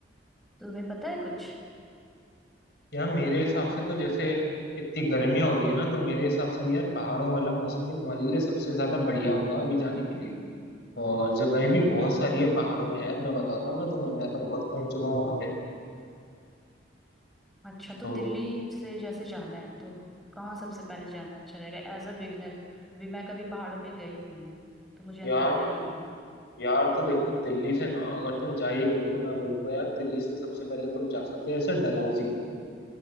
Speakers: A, in the centre; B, on the left.
A: तो तुम्हें पता है कुछ
B: यार मेरे हिसाब से तो जैसे इतनी गर्मियां हो रही है ना तो मेरे हिसाब से भी यार पहाड़ों वाला मौसम ही तुम्हारे लिए सबसे ज्यादा बढ़िया होगा अभी जाने के लिए और जगहें भी बहुत
A: हाँ हाँ
B: सारी है पहाड़ों में यार मैं बताता हूँ ना तुम्हें मैं तो बहुत घूम चुका हूँ वहां पे
A: अच्छा तो
B: तो
A: दिल्ली से जैसे जाना है तो कहाँ सबसे पहले जाना अच्छा रहेगा एज अ बिगनर भी मैं कभी पहाड़ों पे गई नहीं हूँ तो मुझे अंदाजा
B: यार
A: भी नहीं है
B: यार तो देखो दिल्ली से ना अगर तुम जा ही रहे हो तो मैं बोलूंगा यार दिल्ली से सबसे पहले तुम जा सकते हो ऐसे डलहौजी